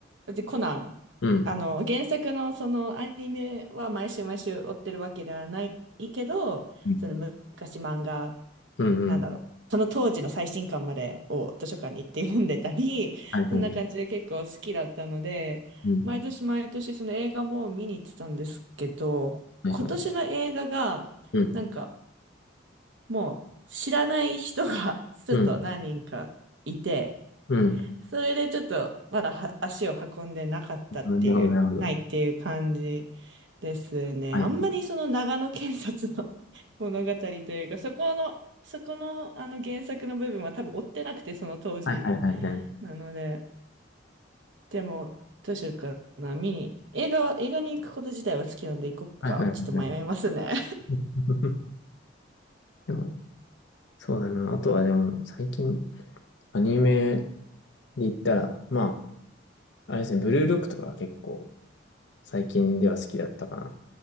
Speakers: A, on the right; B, on the left.
A: で、コナン、
B: うん。
A: あの、原作のそのアニメは毎週毎週追ってるわけではないけど、
B: うん
A: その昔漫画
B: うんうん。
A: なんだろう、その当時の最新刊までを図書館に行って読んでたり、<laughs>
B: はいはい。
A: そんな感じで結構好きだったので、
B: うん。
A: 毎年毎年その映画も見に行ってたんですけど、
B: はいはい。
A: 今年の映画が、
B: うん。
A: なんかもう知らない人が <laughs> ちょっと何人かいて、
B: うん。うん。
A: それでちょっとまだは足を運んでなかったっていう、
B: なるほど、なるほど。
A: ないっていう感じですね。
B: はい
A: あんまりその長野県察の <laughs> 物語というか、そこの、そこの、あの原作の部分は多分追ってなくて、その当時。
B: はいはいはいはいはい。
A: なので、でも、どうしようかな、見に。映画は、映画に行くこと自体は好きなんで行こっか。
B: はいはいはいはい。
A: ちょっと迷いますね。
B: <laughs> でも、そうだな。あとはでも、最近、アニメで言ったら、まあ、あれですね、ブルーロックとかは結構、最近では好きだったかな。